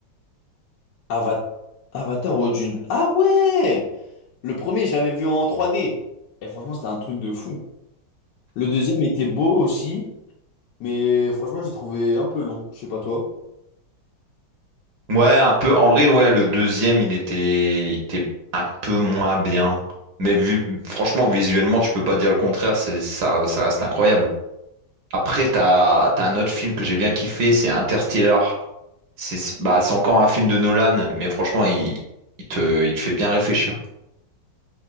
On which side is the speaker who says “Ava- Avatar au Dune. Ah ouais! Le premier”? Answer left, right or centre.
Left